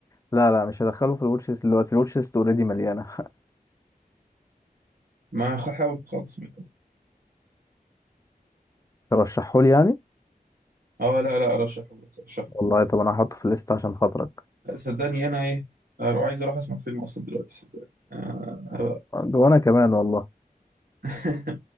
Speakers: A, on the left; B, on the right.
A: لا لا مش هدخله في الواتش ليست دلوقتي الواتش ليست اوريدي مليانه
B: ما خ- حاول خالص من الأول
A: <laughs> ترشحه لي يعني
B: اه لا لا أرشحه لك أرشحه
A: والله طب انا هحطه في الليست عشان خاطرك
B: لك صدقني أنا إيه أرو- عايز أروح أسمع فيلم أصلا دلوقتي صدقني آه هبقى.
A: وانا كمان والله
B: <laughs>